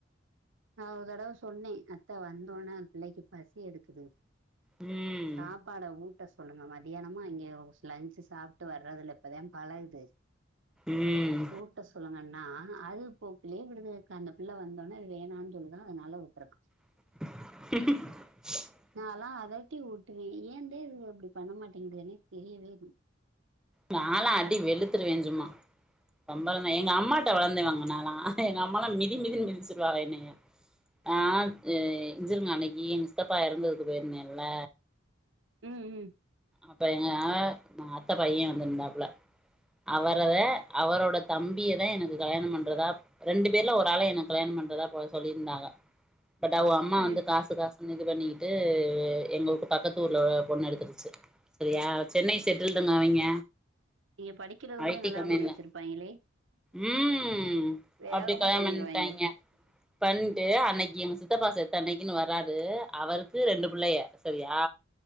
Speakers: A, on the right; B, in the centre.
A: நா ஒரு தடவ சொன்னே அத்த வந்தோன்னே அந்த புள்ளைக்கு பசி எடுக்குது
B: ம்
A: சாப்பாடை ஊட்ட சொல்லுங்க மத்தியானமு அங்க லஞ்சு சாப்ட்டு வர்றதுல்ல இப்பதா பழகுது
B: ம்
A: ஊட்ட சொல்லுங்கன்னா அது போக்குலயே விடுதுகக்கா அந்த புள்ள வந்தோன்னே வேணான்னு சொல்லுதா அதனால உட்ருக்கா
B: <inaudible>
A: நான்லாம் அதட்டி ஊட்டுவே ஏந்தே இவுங்க இப்டி பண்ண மாட்டேங்குதுனே தெரியவே இல்ல
B: நாலா அடி வெளுத்துருவே சும்மா ரொம்பலா நா எங்க அம்மாட்ட வளந்துவங்க நாலா எங்க அம்மாலா மிதி மிதின்னு மிதிச்சுருவாங்க என்னைய ஆ ஏ இஞ்சிருங்க அன்னைக்கி எங்க சி த்தப்பா எறந்ததுக்கு போயிருந்தேல்ல
A: ம் ம்
B: அப்ப எங்க மா அத்த பைய வந்துருந்தாப்புல அவரதா அவரோட தம்பியதா எனக்கு கல்யாண பண்றதா ரெண்டு பேர்ல ஒரு ஆள என்ன கல்யாண பண்றதா போல சொல்லியிருந்தாங்க பட் அவுங்க அம்மா
A: சரி
B: வந்து காசு காசுன்னு இது பண்ணிக்கிட்டு எங்களுக்கு பக்கத்தூர்ல பொண்ணு எடுத்துருச்சு செரியா சென்னை செட்டில்டுங்க அவிங்க
A: நீங்க படிக்கறதுக்குள்ளயே
B: ஐ டி
A: கல்யாணம்
B: கம்பெனில
A: பண்ணி வெச்சிருப்பாங்களே
B: ம்
A: வேகமா
B: அப்டி கல்யாணம்
A: பண்ணிரு
B: பண்ட்டாய்ங்க
A: வாங்கே
B: பண்ட்டு அன்னைக்கு எங்க சித்தப்பா செத்த அன்னைக்குன்னு வராரு அவருக்கு ரெண்டு புள்ளைய செரியா